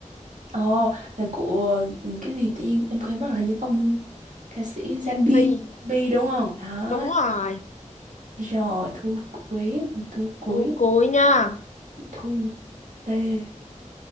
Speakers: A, on the right (about 75°); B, on the left (about 70°).
A: Ồ, là của ừ, cái gì tự nhiên em quên mất là hình như ông ca sĩ Zanbi.
B: Danh Vi
A: Zanbi đúng không? Đó.
B: đúng rồi
A: Rồi, thu cuối, thu cuối,
B: Thu Cuối nha
A: thu tê.